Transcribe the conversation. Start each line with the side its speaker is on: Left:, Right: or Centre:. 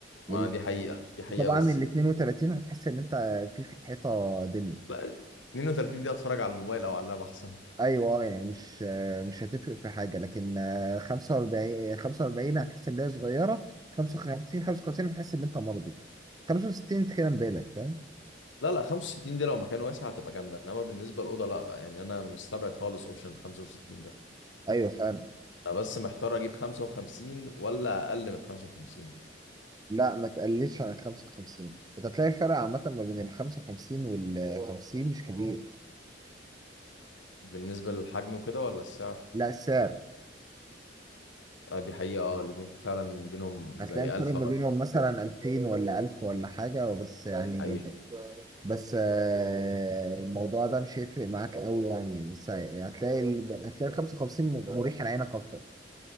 Right: وال-
Left: ما دي حقيقه دي حقيقه
Right: وطبعا
Left: بس
Right: ال 32 هتحس ان انت في في حيطه دم
Left: لا 32 دي اتفرج على الموبايل او على اللاب احسن
Right: ايوه آه، يعني مش آه، مش هتفرق في حاجه لكن آه، 45 45 هتحس ان هي صغيره 55 55 هتحس ان انت مرضي 65 انت كده مبالغ فاهم
Left: لا لا 65 دي لو مكان واسع هتبقى جامده انما بالنسبه للاوضه لا يعني انا مستبعد خالص اوبشن 65 ده
Right: ايوه فاهم
Left: انا بس محتار اجيب 55 ولا اقل من 55
Right: لا ما تقللش عن ال 55 انت هتلاقي الفرق عامه ما بين ال 55 وال 50 مش كبير
Left: بالنسبه للحجم وكده ولا السعر
Right: لا السعر
Left: آه دي حقيقه اه الاتنين فعلا بينهم
Right: هتلاقي
Left: زي
Right: الفرق
Left: الف فرق
Right: ما بينهم مثلا 2000 ولا 1000 ولا حاجه بس يعني
Left: دي حقيقه
Right: بس آه، الموضوع ده مش هيفرق معاك قوي يعني بس هتلاقي ال... هتلاقي ال 55 مريح لعينك اكتر